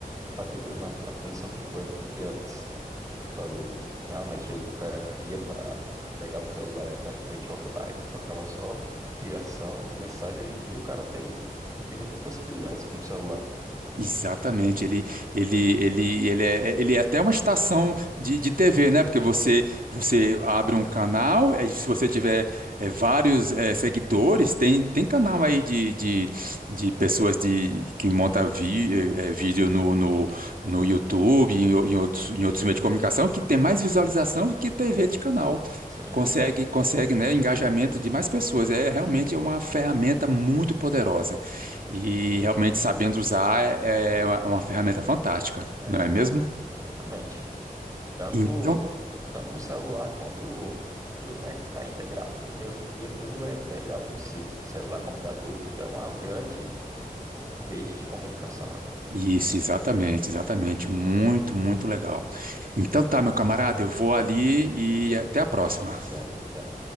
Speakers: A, on the right; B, on the right.
A: E pra tu ver uma, a transição que foi, né? Porque antes, como tu falou, realmente o cara ia pra. Pegava o celular, era praticamente offline, trocava só ligação e mensagem. Hoje em dia o cara tem infinitas possibilidades com o celular.
B: Exatamente, ele, ele, ele, ele, é, ele é até uma estação de, de TV, né? Porque você, você abre um canal, aí se você tiver eh, vários eh, seguidores, tem, tem canal aí de, de, de pessoas de, que montam vi, eh, eh, vídeo no, no, no YouTube, em, o- em outros, em outros meios de comunicação, que tem mais visualização do que TV de canal.
A: Sim,
B: Consegue, consegue, né, engajamento de mais pessoas. É realmente é uma ferramenta muito poderosa. E realmente sabendo usar é é uma uma ferramenta fantástica,
A: é,
B: não é mesmo?
A: exatamente. Tanto,
B: Então,
A: tanto o celular quanto tudo, né, que está integrado, porque hoje em dia tudo é integrado em si. Celular, computador, tudo é uma grande rede de comunicação, né?
B: isso, exatamente, exatamente. Muito, muito legal. Então tá, meu camarada, eu vou ali e até a próxima.
A: Certo, até